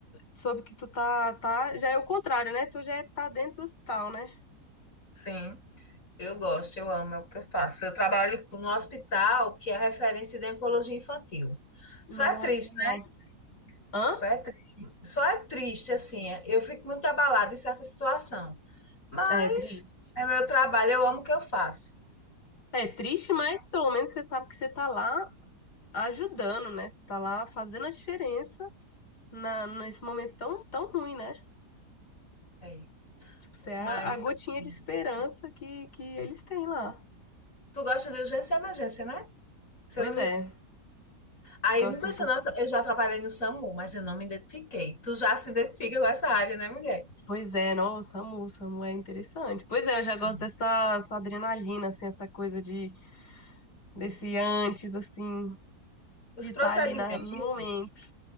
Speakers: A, on the left (about 75°); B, on the left (about 50°).
A: soube que tu tá, tá, já é o contrário, né? Tu já tá dentro do hospital, né?
B: Sim, eu gosto, eu amo, é o que eu faço. Eu trabalho no hospital que é referência de oncologia infantil.
A: Nossa,
B: Só é triste,
A: que legal.
B: né?
A: Hã?
B: Só é triste. Só é triste, assim, é- eu fico muito abalada em certa situação. Mas
A: É triste.
B: é meu trabalho, eu amo o que eu faço.
A: É triste, mas pelo menos você sabe que você tá lá ajudando, né? Você tá lá fazendo a diferença na, nesse momento tão, tão ruim, né?
B: É.
A: Tipo, você é
B: Mas,
A: a, a gotinha
B: assim,
A: de esperança que, que eles têm lá.
B: tu gosta de urgência e emergência, né? Você
A: Pois
B: não me...
A: é,
B: Aí,
A: gosto
B: não pensa,
A: um pouco.
B: não, eu já trabalhei no SAMU, mas eu não me identifiquei. Tu já se identifica com essa área, né, mulher?
A: Pois é, nossa, Samu, Samu é interessante. Pois é, eu já gosto
B: Uhum.
A: dessa essa adrenalina, assim, essa coisa de desse antes, assim,
B: Os
A: de
B: procedimentos,
A: estar ali na, no momento.